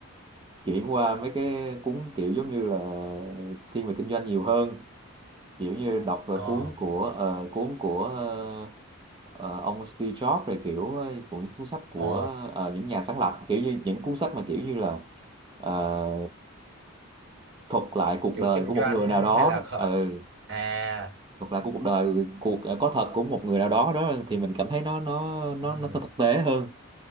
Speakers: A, on the right; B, on the right.
A: chuyển qua mấy cái cuốn kiểu giống như là thiên về kinh doanh nhiều hơn kiểu như đọc ờ,
B: ờ
A: cuốn của ờ, cuốn của ờ, ờ, ông Steve Jobs rồi kiểu ờ, của những cuốn sách của
B: ồ
A: ờ, những nhà sáng lập kiểu như những cuốn sách mà kiểu như là ờ, thuật lại cuộc
B: kiểu
A: đời
B: kinh
A: của
B: doanh
A: một người nào đó,
B: hay là
A: đó.
B: khởi
A: Ừ,
B: à
A: thuật lại của cuộc đời cuộc ờ, có thật của một người nào đó đó thì mình cảm thấy nó nó nó
B: ừ.
A: nó thực tế hơn